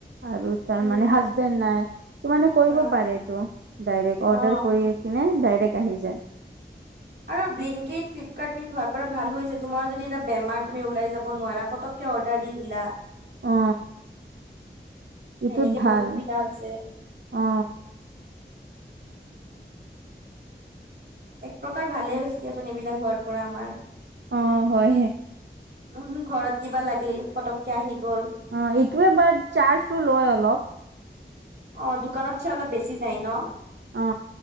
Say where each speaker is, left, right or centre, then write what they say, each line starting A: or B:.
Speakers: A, on the right; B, on the right.
A: আৰু তাৰ
B: উম
A: মানে হাজবেণ্ড নাই কি মানে কৰিব
B: অ
A: পাৰে এইটো ডাইৰেক্ট অৰ্ডাৰ
B: অ
A: কৰি। কিনে ডাইৰেক্ট আহি যায়।
B: আৰু ব্লিংকিত ফ্লিপকাৰ্ট মিনিট হোৱাৰ পৰা ভালো হৈছে তোমাৰ যদি এটা বেমাৰ তুমি ওলাই যাব নোৱাৰা পতক অৰ্ডাৰ দি দিলা।
A: অ।
B: সেনেকে
A: ইটোত ভাল
B: বহুত সুবিধা হৈছে
A: অ।
B: এক প্ৰকাৰ ভালেই হৈছে দিয়াচোন এইবিলাক হোৱাৰ পৰা আমাৰ।
A: অ হয়।
B: উ ঘৰত কিবা লাগিল পতককে আহি গ'ল।
A: অ এইটোৱে বাট চাৰ্জটো লয় অলপ।
B: অ দোকানত চ অলপ বেছি যায় ন।
A: অ